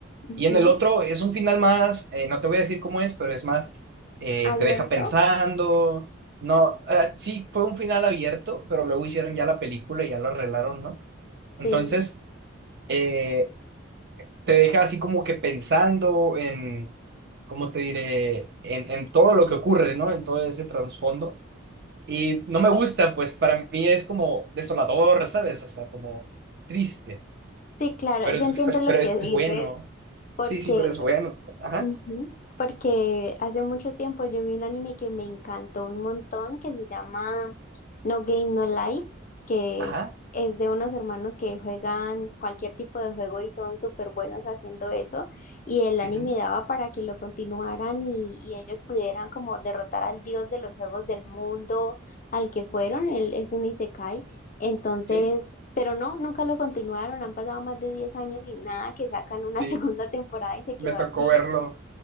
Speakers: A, on the left; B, on the right.
A: ujú.
B: Y en el otro es un final más, eh, no te voy a decir cómo es, pero es más, eh,
A: ¿Abierto?
B: te deja pensando. No, ah, sí, fue un final abierto, pero luego hicieron ya la película y ya lo arreglaron, ¿no?
A: Sí,
B: Entonces, eh, te deja así como que pensando en, ¿cómo te diré? En, en todo lo que ocurre, ¿no? En todo ese trasfondo. Y no me gusta, pues para mí es como desolador, ¿sabes? O sea, como triste,
A: sí, claro.
B: pero
A: Yo
B: es,
A: entiendo lo
B: pero
A: que dices
B: es bueno.
A: porque
B: Sí, sí, pero es bueno. Ajá,
A: Ujú, Porque hace mucho tiempo yo vi un anime que me encantó un montón, que se llama No Game No Life, que
B: ajá.
A: es de unos hermanos que juegan cualquier tipo de juego y son súper buenos haciendo eso, y el
B: Sí,
A: anime
B: sí, sí.
A: daba para que lo continuaran y, y ellos pudieran como derrotar al dios de los juegos del mundo al que fueron, él es un isekai, entonces...
B: Sí,
A: Pero no, nunca lo continuaron, han pasado más de 10 años y nada, que sacan una
B: sí.
A: <laughs> segunda temporada y se quedó
B: Me tocó
A: así.
B: verlo.